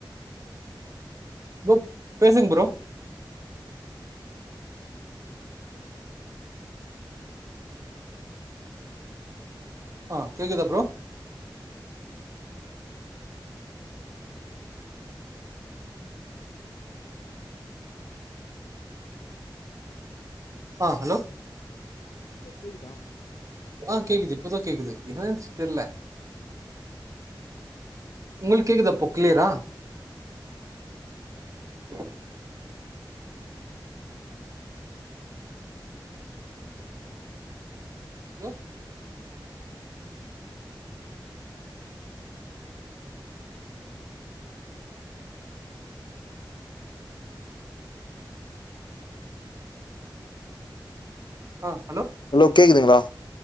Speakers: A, on the right; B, on the left.
A: ப்ரோ பேசுங்க ப்ரோ ஆ கேக்குதா ப்ரோ ஆ ஹலோ
B: ப்ரோ கேக்குதா
A: ஆ கேக்குது இப்பதா கேக்குது என்னாச்சு தெர்ல்ல உங்களுக்கு கேக்குதாப்போ கிளியரா ஹீ ஹலோ ஆ ஹலோ
B: ஹலோ கேக்குதுங்களா